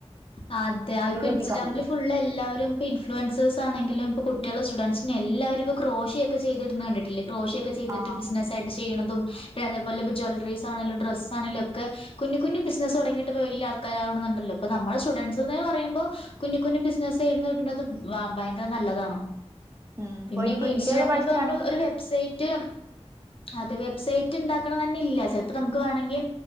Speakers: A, on the left; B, on the right.
A: അതെ ഇപ്പ ഇൻസ്റ്റഗ്രാമില്
B: എത്തിക്കാറില്ലേ
A: ഫുൾ എല്ലാവരും ഇ ഇൻഫ്ലുവൻസേഴ ആണെങ്കിലും ഇപ്പ കുട്ടികൾ സ്റ്റുഡൻറ്സെ എല്ലാവും ഇപ്പ ക്രോഷി ഒക്കെ ചെയ്തിടുന്ന് കണ്ടിട്ടില്ലേ? ക്രോഷിയൊക്കെ ഒക്കെ ചെയ്തിട്ട്
B: ആഹ്
A: ബിസിനസ്സയിട്ട്. ചെയ്യുണതും അതുപോലെ ഇ ജ്വല്ലറിസ് ആണെലും ഡ്രസ്സ് ആണെലൊക്കെ കുഞ്ഞ് കുഞ്ഞ് ബിസിനസ്സ് തുടങ്ങയിട്ട വലിയ കരാവണുന്നുണ്ടല്ലോ. അപ്പൊ നമ്മുടെ സ്റ്റുഡന്റ്സ്ന്ന് പറയുമ്പോ കുഞ്ഞുകുഞ്ഞു ബിസിനസ്സ് ഇടന്ന് കിട്ടുന്നത് ഭയങ്കര നല്ലതാണ്.
B: ഉം
A: പിന്നെ
B: ഈ
A: ഇപ്പൊ
B: ഡിഗ്രി
A: ഇൻസ്റ്റഗ്രാമിൽ
B: ഒക്കെ പഠിച്ചാണെങ്കിലും
A: ഇപ്പ നമ്മൾ ഒരു വെബ്സൈറ്റ് അതെ വെബ്സൈറ്റ് ഉണ്ടാക്കണ തന്നെ ഇല്ലാ ചിലപ്പ നമുക്ക് വേണങ്കി